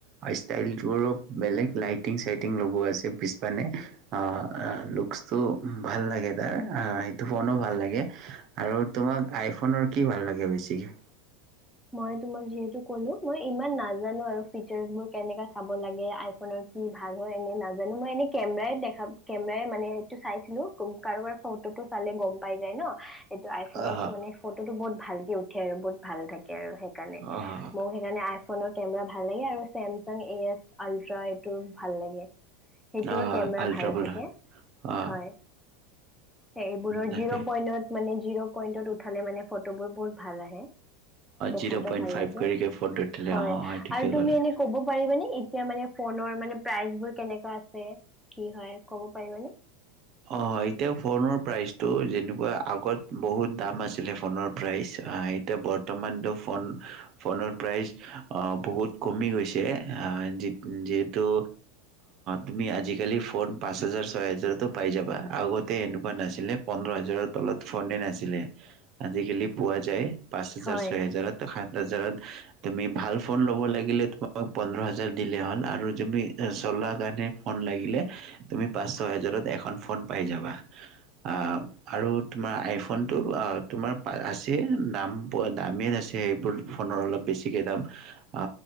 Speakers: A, on the right; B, in the centre.
A: ইচতাইলটো বেলে লাইটিং চাইটিং লগোৱা আছে। পিছপিনে অ লুকচটো ভাল লাগে। তাৰ সেইটো ফোন ভাল লাগে আৰু তোমাক আইফনৰ কি ভাল লাগে বেছিকে?
B: মই তোমাক যিয়েটো কলোঁ। মই ইমান নাজানো আৰু ফিউচেচ বোৰ কেনেকা চাব লাগে আইফোনৰ কি ভাল হয়। এনেই নাজানোঁ মই এনে কেমেৰাই দেখা কেমেৰাই মানে এইটো চাইছিলোঁ কাৰোবাৰ ফ ফটোটো চালে গম পাই যায় ন। এইটো আইফোনৰ
A: অ'
B: ফটো বহুত। ভালকে উঠ উঠে আৰু বহুত ভাল থাকে। সেইকাৰণে
A: অ'
B: মোৰ সেইকাৰণে। আইফোনৰ কেমেৰা ভাল লাগে আৰু চেমচাং এ এছ আল্ট্ৰা এইটোৰ ভাল লাগে। সেইটোৰ
A: অ'
B: কেমেৰা
A: আল্ট্ৰা
B: ভাল
A: বুল
B: থাকে
A: অ'
B: হয়। সেয়বোৰৰ
A: তাকে
B: জিৰ' পইনত মানে। জিৰ' পইণ্টত উঠালে মানে ফটোবোৰ বহুত ভাল আহে দেখাটো
A: জিৰ' পইণ্ট
B: ভাল
A: ফাইভ
B: লাগে
A: কৰিকে ফ'ৰ ধৰিছিলে
B: হয়
A: অ ঠিকে
B: আৰু তুমি
A: ক'লে।
B: এনে কব পাৰিবানে এতিয়া মানে ফোনৰ মানে প্ৰাইচবোৰ কেনেকুৱা আছে? কি হয় কব পাৰিবানে?
A: অঁ এতিয়া ফোনৰ প্ৰাইচটো যেনেকুৱা আগত বহুত দাম আছিলে ফোনৰ প্ৰাইচ এতিয়া বৰ্তমানটো ফোন ফোনৰ প্ৰাইচ অ বহুত কমি গৈছে আ যি-যিহেতু তুমি আজিকালি ফোন পাঁচ হাজাৰ ছয় হাজাৰতো পাই যাবা আগতে এনেকুৱা নাছিলে পোন্ধৰ হাজাৰৰ তলত ফোনে নাছিলে আজিকালি পোৱা যায় পাঁচ হাজাৰ
B: হয়।
A: ছয় হাজাৰত সাত জাৰত তুমি ভাল ফোন ল'ব লাগিলে তোমাক পোন্ধৰ হাজাৰ দিলে হ'ল আৰু তুমি চলা কাৰণে ফোন লাগিলে তুমি পাঁচ ছ হাজাৰত এখন ফোন পাই যাবা আহ আৰু তোমাৰ আইফোনটো তোমাৰ আছে দাম দামেই আছে সেইবোৰ ফোনৰ অলপ বেছিকে দাম অ